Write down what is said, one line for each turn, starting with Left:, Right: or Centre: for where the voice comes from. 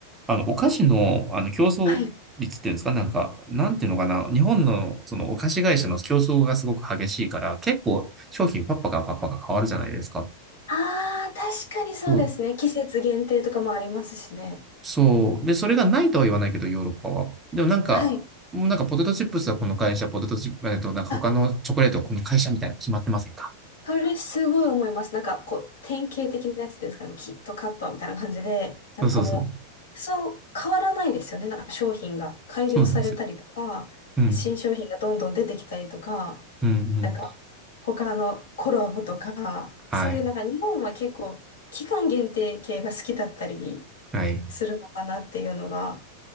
Right: あの、お菓子の、あの、競争率っていうんですか、
Left: はい。
Right: なんか、なんていうのかな、日本の、その、お菓子会社の競争がすごく激しいから、結構、商品パッパカパッパカ変わるじゃないですか。
Left: ああ、確かにそうですね。
Right: そう
Left: 季節限定とかもありますしね。
Right: そう。で、それがないとは言わないけど、ヨーロッパは。でもなんか、
Left: はい。
Right: もうなんかポテトチップスはこの会社、ポテトチップ、えっと、なんか他のチョコレートはこの会社みたいなの決まってませんか
Left: あそれすごい思います。なんか、こう、典型的なやつですから、もうキットカットみたいな感じで、なんかもう、
Right: そうそうそう。
Left: そう変わらないですよね。なんか商品が改良されたりとか、
Right: そうなんですよ。うん。
Left: 新商品がどんどん出てきたりとか、
Right: うん、うん。
Left: なんか、他のコラボとか、
Right: はい。
Left: そういうなんか日本は結構、期間限定系が好きだったり
Right: はい。
Left: するのかなっていうのが